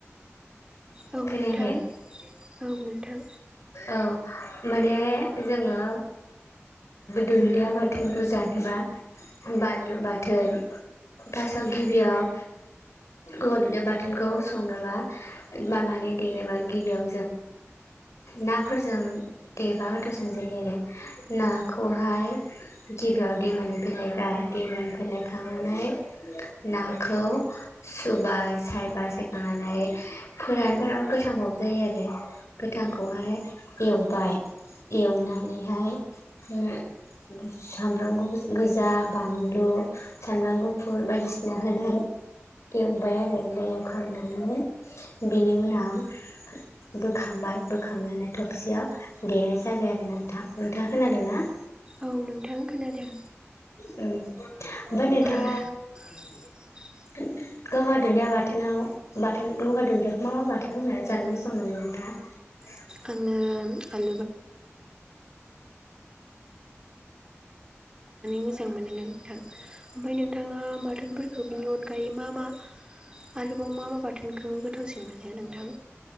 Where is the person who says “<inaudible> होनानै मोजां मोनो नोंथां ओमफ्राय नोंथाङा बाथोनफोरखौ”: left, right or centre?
Right